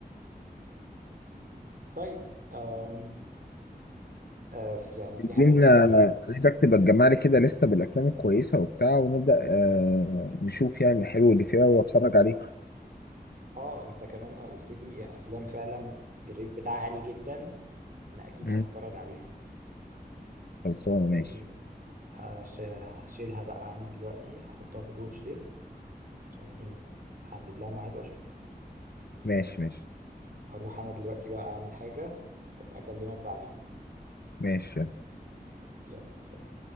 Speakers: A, on the right; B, on the left.
A: طيب آم آه في- يعني في
B: عايزين
A: حاجة تانية
B: آه،
A: عايز ت-
B: عايزك تبقى تجمع لي كده لسه بالافلام الكويسه وبتاع ونبدا آه نشوف يعني الحلو اللي فيها واتفرج عليه
A: اه انت كمان قلت لي أفلام فعلا الريت بتاعها عالي جدا أنا أكيد
B: مم.
A: هتفرج عليها
B: خلصانه
A: ده
B: ماشي
A: ايه هش- هشيلها بقى عندي دلوقتي هحطها في الواتش ليست عشان ايه احدد لها ميعاد واشوف
B: ماشي ماشي
A: هروح انا دلوقتي بقى اعمل حاجة وابقى اكلمك بعدين
B: ماشي
A: يلا سلام